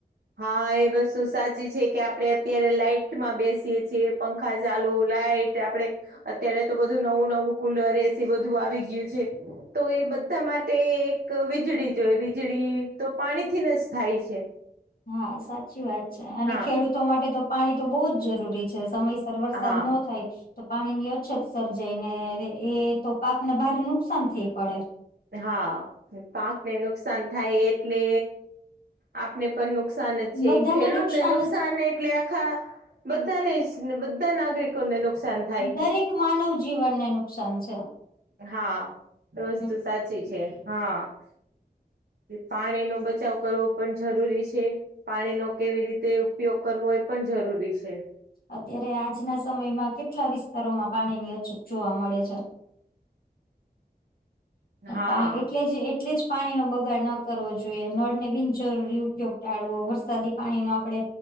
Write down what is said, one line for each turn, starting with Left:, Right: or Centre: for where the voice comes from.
Right: હા એ વસ્તુ સાચી છે, કે આપડે અત્યારે લાઈટમાં બેસીએ છીએ પંખા ચાલુ લાઈટ આપડે અત્યારે તો બધું નવું નવું કુલર એસી બધું આવી ગયું છે, તો એ બધા માટે એક વીજળી જોઈ વીજળી તો પાણીથી ને જ થાય છે.
Left: હા સાચી વાત છે, અને
Right: હા
Left: ખેડૂતો માટે તો પાણી તો બહુ જ જરૂરી જરૂરી છે સમયસર વરસાદ
Right: હા
Left: ન થાય પાણી અછત સર્જાય ને એ તો પાકને ભારે નુકસાન થઈ પડે
Right: હા પાકને નુકસાન થાય એટલે આપને પણ નુકસાન જ છે
Left: બધાને
Right: ખેડૂતને નુકસાન
Left: જ
Right: એટલે આખા બધ્ધાને જ. ને બધાં નાગરિકોને નુકસાન થાય
Left: દરેક માનવજીવનને નુકસાન છે.
Right: હા એ વસ્તુ
Left: હમ્મ.
Right: સાચી છે. હા. પાણીનો બચાવ કરવો પણ જરૂરી છે. પાણીનો કેવી રીતે ઉપયોગ કરવો? એ પણ જરૂરી છે.
Left: અત્યારે આજનાં સમયમાં કેટલા વિસ્તારોમાં પાણીની અછત જોવા મળે છે.
Right: હા
Left: પાણી એટલે જ એટલે જ પાણીનો બગાડ નો કરવો જોઈએ. નળને બિન જરૂરી ઉપયોગ ટાળવો, વરસાદી પાણીનો આપડે